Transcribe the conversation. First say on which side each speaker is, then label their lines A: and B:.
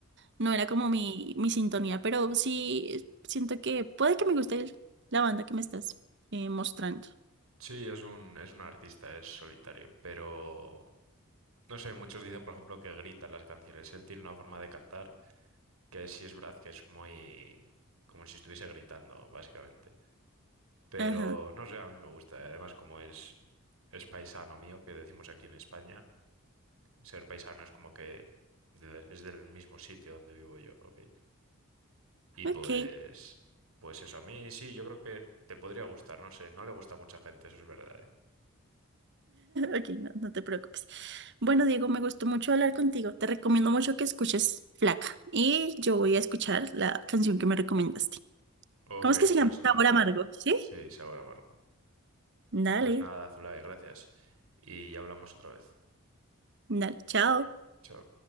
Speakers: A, on the right; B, on the right.
A: no era como mi, mi sintonía, pero sí siento que puede que me guste el- la banda que me estás eh, mostrando.
B: Sí, es un, es un artista, es solitario, pero no sé, muchos dicen, por ejemplo, que grita en las canciones. Él tiene una forma de cantar que sí es verdad que es muy como si estuviese gritando, básicamente. Pero
A: Ajá,
B: no sé, a mí me gusta. y Además, como es, es paisano mío, que decimos aquí en España, ser paisano es como que de- es del mismo sitio donde vivo yo, ¿ok? Y
A: ok.
B: pues,
A: <laughs>
B: pues eso, a mí sí, yo creo que te podría gustar, no sé, no le gusta a mucha gente, eso es verdad, ¿eh?
A: Ok, no, no te preocupes. Bueno, Diego, me gustó mucho hablar contigo. Te recomiendo mucho que escuches Flaca y yo voy a escuchar la canción que me recomendaste.
B: Ok,
A: ¿Cómo es que se
B: pues
A: llama?
B: nada.
A: Sabor amargo, ¿sí?
B: Sí, sí, ahora, Marco.
A: Dale,
B: Pues nada, Zulay, gracias. Y ya hablamos otra vez.
A: dale, chao.
B: Chao.